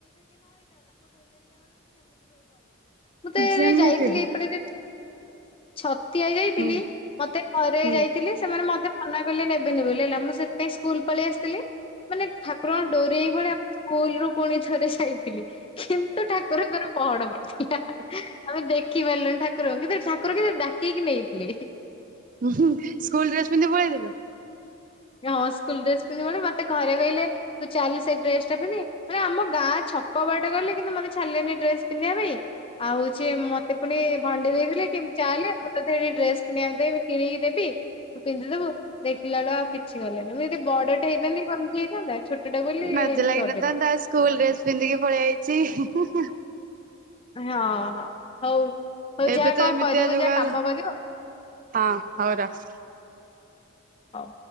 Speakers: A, on the left; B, on the right.
A: ମୁଁ ତଏ
B: ଯେମିତି
A: ରେଯାଇଥିଲି
B: ହଉ।
A: ଏପଟେ ଛତ୍ ତିଆ ଯାଇଥିଲି
B: ହୁଁ
A: ମତେ ଅରେ
B: ହୁଁ
A: ଯାଇଥିଲି ସେମାନେ ମତେ ମନା କଲେ ନେବେନି ବୋଲି। ହେଲା ମୁଁ ସେଥି ପାଇଁ ସ୍କୁଲ ପଳେଇ ଆସିଥିଲି। ମାନେ ଠାକୁରଙ୍କ ଡରି ଏଇ ଭଳିଆ ସ୍କୁଲ ରୁ ପୁଣି ଥରେ ଜାଇ ତିଲି କିନ୍ତୁ ଠାକୁରଙ୍କର ପହଡ ପଡିଥିଲା। ଆମେ ଦେଖି ପାରିଲୁନି ଠାକୁରଙ୍କୁ କିନ୍ତୁ ଠାକୁର କିନ୍ତୁ ଡାକିକି ନେଇଥିଲେ।
B: ଉହୁଁ ସ୍କୁଲ ଡ୍ରେସ ପିନ୍ଧି ପଳେଇଥିଲ?
A: ହଁ ସ୍କୁଲ ଡ୍ରେସ୍ ପିନ୍ଧି ପୁଣି ମତେ ଘରେ କହିଲେ ତୁ ଚାଲ ସେ ଡ୍ରେସଟା ପିନ୍ଧି ମାନେ ଆମ ଗାଁ ଛକ ବାଟେ ଗଲେ କିନ୍ତୁ ମୋତେ ଛାଡିଲେନି ଡ୍ରେସ ପିନ୍ଧିବା ପାଇଁ। ଆଉ ହଉଛି ମତେ ପୁଣି ଭଣ୍ଡେଇ ଦେଇଥିଲେ କି ଚାଲେ ଏଠି ଆସି ଡ୍ରେସ କିଣିବାକୁ ଦେଇ କିଣିକି ଦେବି ପିନ୍ଧିଦବୁ ଦେଖିଲାଳୁ ଆଉ କି କିଛି ଦେଲେନି ମୁଁ ଯଦି ବଡଟେ ହେଇଥାନ୍ତି କମ ହେଇଥାନ୍ତା। ଛୋଟଟେ ବୋଲି
B: ମଜା
A: ଏମିତି
B: ଲାଗିନଥାନ୍ତା
A: କରିଦେଲି।
B: ସ୍କୁଲ ଡ୍ରେସ ପିନ୍ଧିକି ପଳେଇ ଆଇଚି ହିଁ ହିଁ ହୁଁ। କୁହ।
A: ହଁ ହଁ ହଉ ହଉ
B: ଏବେ
A: ଯା
B: ତ
A: କଣ
B: ଏମିତିଆ
A: କରିବୁ
B: ଯୁଗ
A: ଯା
B: ହେଲା
A: କାମ କରିବୁ।
B: ହଁ ହଉ ରଖ।
A: ହଉ।